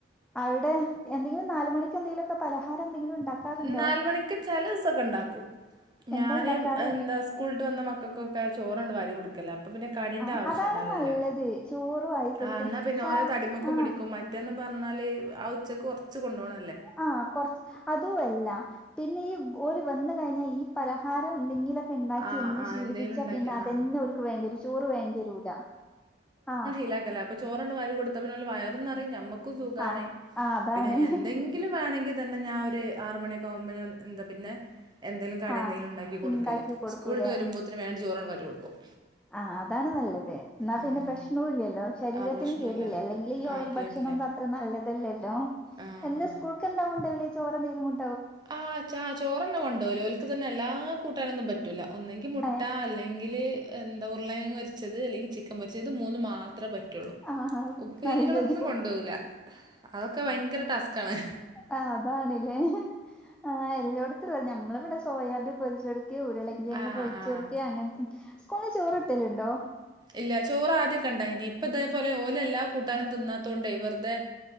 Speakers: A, in the centre; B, on the right.
A: അവിടെ എന്തെങ്കിലും നാല് മണിക്ക് എന്തെലൊക്കെ പലഹാരം എന്തെങ്കിലും ഉണ്ടാക്കാറുണ്ടോ
B: നാല് മണിക്ക് ചെലസിം ഉണ്ടാക്കും
A: എന്താ
B: ഞാൻ
A: ഇണ്ടാക്കാറ്
B: എന്താ സ്കൂളട്ട് മക്കക്കൊക്കെ ചോറണ്ട് വാരി കൊടുക്കലാ അപ്പ പിന്നെ കടേന്റെ
A: ആ
B: ആവശ്യം
A: അതാണ്
B: ഇണ്ടാവില്ല
A: നല്ലത് ചോറ് വാരി കൊടുക്കണ്
B: ആ എന്നാ പിന്നെ
A: കാ
B: ഓരോ തടിമക്കും
A: ആഹ്
B: പിടിക്കും മറ്റേന്നും പറഞ്ഞാല് ആ ഉച്ചക്ക് കൊർച്ച് കൊണ്ടേണ
A: ആ കൊറച്ച് അതു അല്ല പിന്നെ ഈ ഓര് വന്ന കയിഞ്ഞാ ഈ പലഹാരം എന്തെങ്കിലൊക്കെ ഇണ്ടാക്കിന്നും
B: ആ ആ
A: ശീലിപ്പിച്ചാ
B: എന്തെങ്കിലും ഉണ്ടാക്കി
A: പിന്നെ അതന്നൊൽക്ക്
B: ആ
A: വേണ്ടയരും ചോറ് വേണ്ടിരൂല ആ
B: ഇങ്ങാക്കലാ അപ്പം ചോറ് വാരി കെ കെടുത്തപിന്ന ഓൽക്ക് വയറുനറയും ഞമ്മക്കും സുഖാണ്
A: ആഹ് ആഹ് അതാണ്
B: പിന്നെ എന്തെങ്കിലും വേണ്ടെങ്കിൽ അതന്നെ ഞാൻ ഒരു ആറ് മണിയൊക്കെ ആകുമ്പോഴ് ഞാൻ എന്താ പിന്നെ എന്തെലും കടി
A: ആഹ്
B: എന്തെലും ഉണ്ടാക്കി കൊടുക്കല്
A: ഇണ്ടാക്കി കൊടുക്കൂലേ
B: സ്കൂളട്ട് വരുമ്പോത്തേന് വേണ്ട ചോറ് വാരി കൊടുക്കും
A: ആ അതാണ് നല്ലത് എന്നാ
B: ആ
A: പിന്നെ
B: ആ
A: പ്രശ്നുല്ലില്ലല്ലോ ശരീരത്തിനും
B: ആ പ്രശ്നമില്ല
A: കേടില്ല അല്ലെങ്കിൽ ഈ
B: ആ
A: ഓയിൽ
B: കേടില്ല
A: ഭക്ഷണം അത്ര നല്ലതല്ലല്ലോ
B: ആ
A: എന്താ
B: ആ
A: സ്കൂൾക്ക് എന്താകൊണ്ടോയല് ചോറെന്തെലും കൊണ്ട്
B: ആ ച ചോറന്നെ കൊണ്ടോയല് ഒലക്ക് തന്നെ എല്ലാ കൂട്ടാനൊന്നും പറ്റൂല ഒന്നെങ്കിൽ മുട്ട
A: ഏഹ്
B: അല്ലേൽ എന്താ ഉരുളകേയങ്ങ് പൊരിച്ചത് അല്ലെങ്കിൽ ചിക്കൻ പൊരിച്ചത് ഇത് മൂന്ന് മാത്രം പറ്റു
A: ആഹാ
B: ഉപ്പേരികളൊന്നും
A: നല്ലത്
B: കൊണ്ടാവുല അതൊക്കെ ഭയങ്കര ടാസ്കാണ്
A: ആ അതാണിലേ ഹ് ഹി നമ്മളി ഇവിടെ സോയാബി പൊരിച്ചെട്കി ഉരുളങ്കി യങ്ങ്
B: ആ
A: പൊരിച്ചെട്കി
B: ആ
A: അങ്ങൻത്തെ സ്കൂള്ചോറ് കിട്ടല്ണ്ടോ
B: ഇല്ല ചോറ് ആദ്യൊക്കെ ഇണ്ടായിനി ഇപ്പ ഇതേപോലെ ഓല് എല്ലാ കൂട്ടാനും തിന്നാത്തോണ്ട് വെർതെ